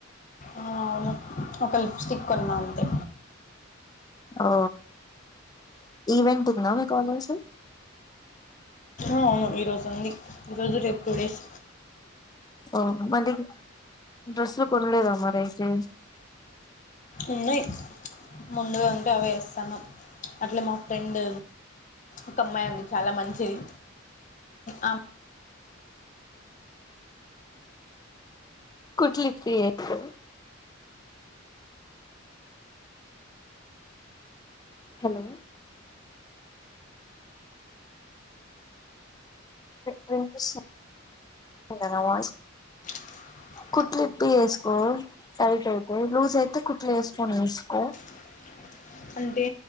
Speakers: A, on the left; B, on the left.
A: ఆ అవును ఒక లిప్స్టిక్ కొన్నా అంతే
B: ఓ ఈవెంట్ ఉందా మీ కాలేజ్
A: అవును ఈరోజు ఉంది, ఈరోజు రేపు టూ డేస్
B: ఓ మళ్ళీ డ్రస్సులు కొనలేదా మరి అయితే
A: ఉన్నాయి ముందుగా ఉంటే అవి వేస్తుాను అట్లే మా ఫ్రెండ్ ఒక అమ్మాయి ఉంది చాలా మంచిది ఆ
B: కుట్లి విపి వేస్కో హలో వినిపిస్తుందా నా వాయిస్
A: <unintelligible>
B: కుట్లి ఇప్పి వేసుకో టైట్ అయితే లూజ్ అయితే కుట్లు వేసుకొని వేసుకో,
A: <unintelligible> అంటే